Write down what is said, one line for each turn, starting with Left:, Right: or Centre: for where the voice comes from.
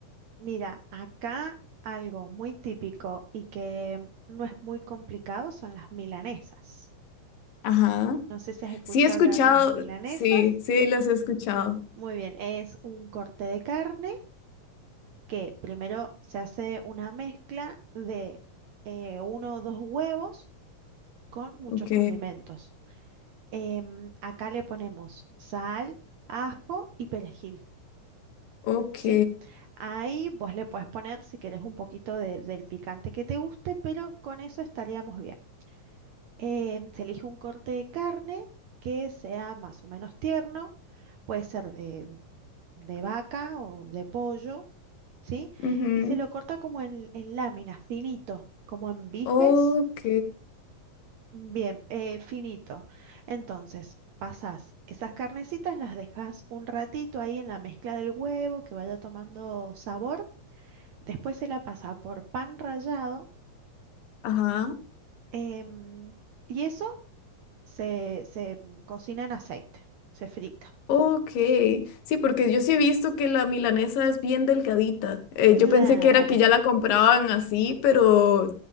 Right: Mira, acá algo muy típico y que no es muy complicado son las milanesas.
Left: Ajá.
Right: No sé si has escuchado
Left: Sí he escuchado,
Right: hablar de las milanesas.
Left: sí, sí las he escuchado.
Right: Muy bien, es un corte de carne que primero se hace una mezcla de eh, uno o dos huevos con muchos
Left: Ok,
Right: condimentos. Em, acá le ponemos sal, ajo y perejil,
Left: ok,
Right: ¿sí? Ahí vos le puedes poner, si querés, un poquito de- del picante que te guste, pero con eso estaríamos bien. Em, se elige un corte de carne que sea más o menos tierno, puede ser de de vaca o de pollo ¿sí?
Left: ujú,
Right: Y se lo corta como en, en láminas, finito, como en bifes,
Left: ok,
Right: bien, eh, finito. Entonces, pasás esas carnecitas, las dejas un ratito ahí en la mezcla del huevo, que vaya tomando sabor. Después se la pasa por pan rallado
Left: ajá.
Right: em, y eso se, se mm, cocina en aceite, se frita.
Left: Ok, sí, porque yo sí he visto que la milanesa es bien delgadita. Eh,
Right: Claro.
Left: yo pensé que era que ya la compraban así, pero...